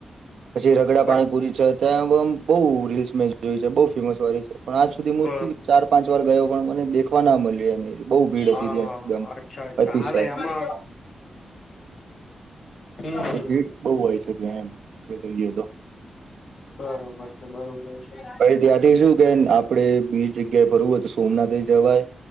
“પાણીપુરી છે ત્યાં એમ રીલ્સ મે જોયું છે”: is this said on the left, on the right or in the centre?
Right